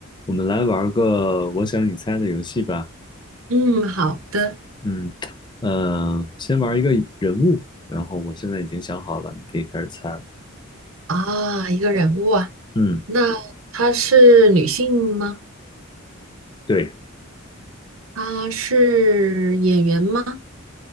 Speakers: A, on the left; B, on the right.
A: 我们来玩个我想你猜的游戏吧。
B: 嗯，好的
A: 嗯，呃，先玩一个人物，然后我现在已经想好了，你可以开始猜了。
B: 啊，一个人物啊，
A: 嗯，
B: 那她是女性吗？
A: 对，
B: 她是演员吗？